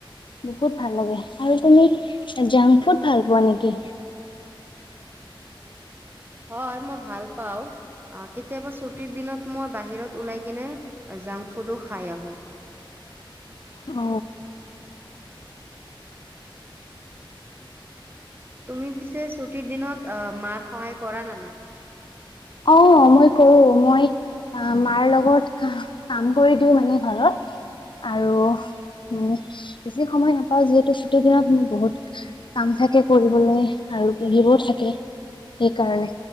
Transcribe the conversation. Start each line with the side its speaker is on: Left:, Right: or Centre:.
Left: বহুত ভাল লাগে আৰু তুমি জাংক ফুড ভাল পোৱা নেকি
Right: হয় মই ভাল পাওঁ। আহ কেতিয়াবা ছুটিৰ দিনত মই বাহিৰত ওলাই কিনে জাংক ফুডো খাই আহো
Left: অ।
Right: তুমি পিছে ছুটিৰ দিনত মাৰ সহায় কৰা নে নাই। <unintelligible>
Left: অ মই কৰো মই মাৰ লগত ক কাম কৰি দিওঁ মানে ঘৰত আৰু মানে বেছি সময় নাপাও যিহেতু ছুটি দিনত বহুত কাম থাকে কৰিবলৈ আৰু়িবোৰ থাকে সেইকাৰণে